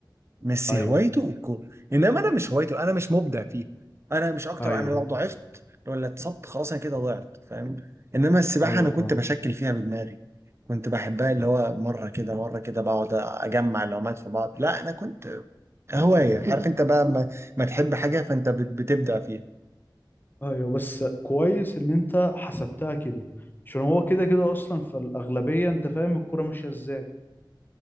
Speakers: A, on the right; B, on the left.
A: ميسي
B: ايوه
A: هوايته الكورة إنما أنا مش هوايته أنا مش مبدع فيه أنا مش أكتر
B: ايوه
A: أنا لو ضعفت ولا اتصبت خلاص أنا كده ضعت فاهم إنما السباحة
B: ايوه
A: أنا
B: فاهم
A: كنت بشكل فيها بدماغي كنت بحبها اللي هو مرة كده مرة كده بقعد أجمع العومات في بعض لا أنا كنت هواية <laughs> عارف انت بقى ما, ما تحب حاجة فانت بت- بتبدع فيها
B: ايوه بس كويس ان انت حسبتها كده عشان هو كده كده اصلا في الاغلبيه انت فاهم الكوره ماشيه ازاي